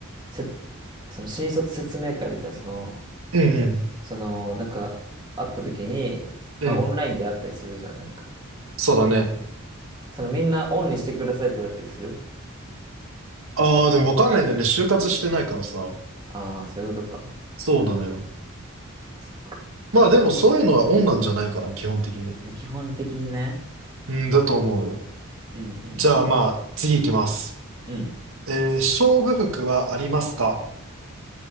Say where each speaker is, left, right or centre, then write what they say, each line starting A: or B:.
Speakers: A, on the right (about 20°); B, on the right (about 65°).
A: せその新卒説明会みたいな、その、
B: うんうん。
A: その、なんか、会った時に、
B: うん。
A: まあ、オンラインで会ったりするじゃん、なんか。
B: そうだね。
A: その、みんなオンにしてくださいって言われたりする
B: ああ、でもわかんないんだよね。就活してないからさ。
A: ああー、そういうことか。
B: そうなのよ。
A: そっか。
B: まあでもそういうのはオンなんじゃないかな、基本的に。
A: まあ、基本的にね。
B: うん、だと思うよ。
A: うんうんうん。
B: じゃあまあ、次行きます。
A: うん。
B: えー勝負服はありますか